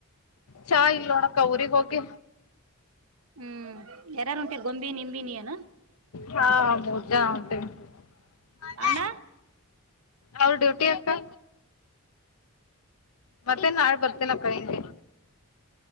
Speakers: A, on the left; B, on the right.
A: ಚಾ ಇಲ್ಲ ನೋಡಕ್ಕಾ ಊರಿಗೆ ಹೋಗಿ.
B: ಹು ಯಾರಾರು ಹೊಂಟಿರಿ ಗೊಂದಿ ನಿಂಬಿ ನಿ ಏನ.
A: ಹಾ ಮೊಡ್ಕ ಹೊಂಟೀನಿ ಮಗಾ.
B: ಅಣ್ಣ
A: ಅವರ ಡ್ಯೂಟಿ ಅಕ್ಕಾ. ಬರ್ತೇನ ನಾಳೆ ಬರ್ತೇನಿ ಅಕ್ಕಾ ನಾಳೆ ಹಿಂಗೆ.